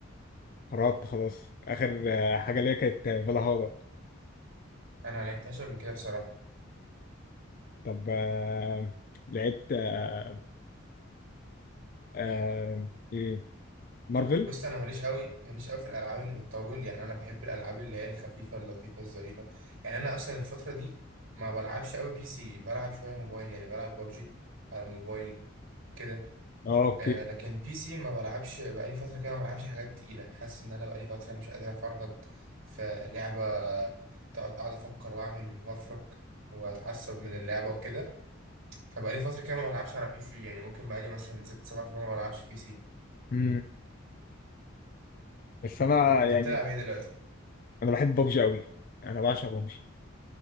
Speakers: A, on the left (about 45°); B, on the right (about 70°).
A: فرطت خلاص اخر آه، حاجة ليا كانت فالهالا
B: انا ما لعبتهاش قبل كده بصراحه
A: طب آه لعبت آه آه ايه مارفل
B: بص انا ماليش قوي ماليش قوي في الالعاب اللي بتطول يعني انا بحب الالعاب اللي هي الخفيفه اللطيفه الظريفه يعني انا اصلا الفتره دي ما بلعبش قوي بي سي بلعب شويه موبايل يعني بلعب ببجي على الموبايل كده
A: اه اوكي
B: آه لكن بي سي ما بلعبش بقالي فتره كده ما بلعبش حاجات تقيله حاسس ان انا بقالي فتره مش قادر افرهد في لعبه تقعد- اقعد افكر واعمل وافرك واتعصب من اللعبه وكده فبقالي فترة كده ما بلعبش على بي سي يعني ممكن بقالي مثلا ست سبع شهور ما بلعبش بي سي
A: مم. بس انا
B: انت
A: يعني
B: بتلعب ايه دلوقتي؟
A: انا بحب ببجي قوي انا بعشق ببجي